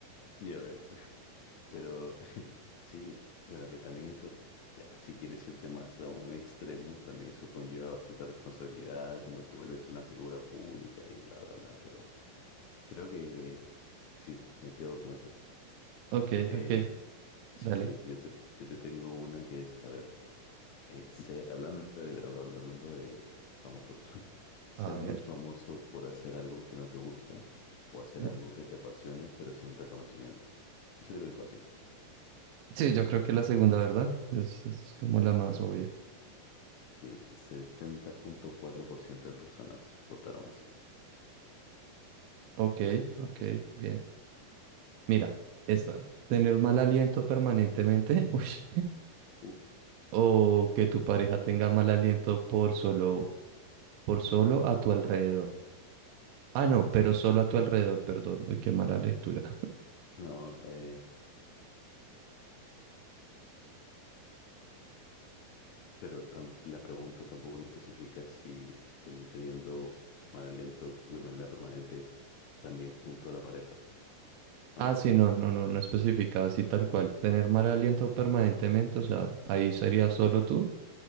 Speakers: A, on the left; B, on the right.
A: ya ves. Pero <laughs> sí, bueno, que también eso, ya, si quieres irte más a un extremo, también eso conlleva bastante responsabilidad, como que te vuelves una figura pública y bla, bla, bla. Pero creo que sí, me quedo con esa.
B: Ok,
A: Eh,
B: ok,
A: sí,
B: dale.
A: sí, yo te, yo te tengo una que es, a ver, eh, ser- hablando de, habla- hablando de famosos, <laughs> ser
B: A ver.
A: muy famoso por hacer algo que no te gusta o hacer
B: Eh,
A: algo que te apasione, pero sin reconocimiento. Eso creo que es fácil.
B: Sí, yo creo que la segunda, ¿verdad? Es, es como la más obvia.
A: Sí, setenta punto cuatro por ciento de personas votaron así.
B: Ok, ok, bien. Mira, esta. Tener
A: Sí.
B: mal aliento permanentemente. <laughs> ush,
A: Uh,
B: O que tu pareja tenga mal aliento por solo, por solo a tu alrededor. Ah, no, pero solo a tu alrededor, perdón. Uy, qué mala lectura. <laughs>
A: No, eh, pero tam- la pregunta tampoco no especifica si ten- teniendo mal aliento de manera permanente es también junto a la pareja, ¿no?
B: Ah, sí, no, no, no, no especificaba así tal cual. Tener mal aliento permanentemente, o sea, ahí sería solo tú,